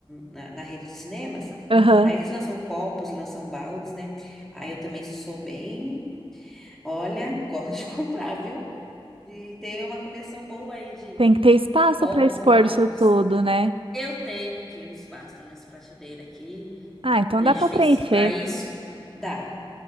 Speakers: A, in the centre; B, on the right (about 70°).
A: na, na rede de cinemas?
B: Aham.
A: Aí eles lançam copos, lançam baldes, né? Aí eu também sou bem. Olha, gosto de <laughs> comprar, viu? De ter uma coleção boa aí de
B: Tem que ter espaço
A: copos
B: para expor
A: e baldes.
B: isso tudo, né?
A: Eu tenho aqui o espaço, tenho as prateleiras aqui.
B: Ah, então
A: A
B: dá
A: gente
B: para
A: fez
B: preencher.
A: pra isso, dá.